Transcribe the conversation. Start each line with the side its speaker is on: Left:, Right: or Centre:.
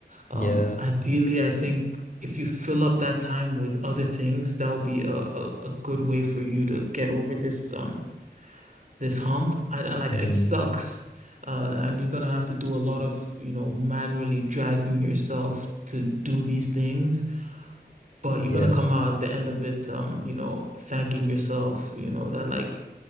Right: Um,
Left: yeah.
Right: ideally, I think if you fill up that time with other things, that'll be a, a, a good way for you to get over this um this hump. I like
Left: hmm
Right: it sucks. Uh, and you're gonna have to do a lot of, you know, manually dragging yourself to do these things, but you're
Left: Yeah.
Right: gonna come out at the end of it, um, you know, thanking yourself, you know, that like,